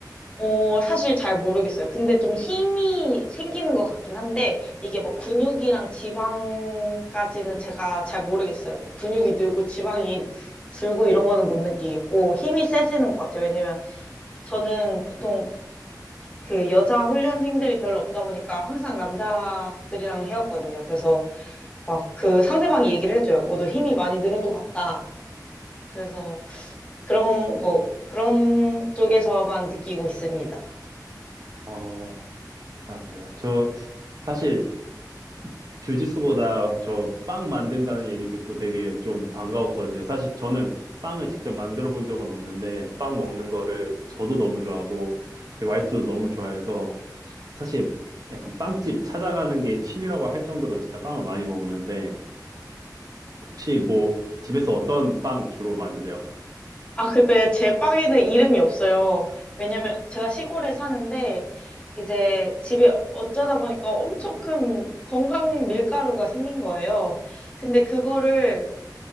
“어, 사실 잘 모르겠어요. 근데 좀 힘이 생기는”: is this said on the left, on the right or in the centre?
Left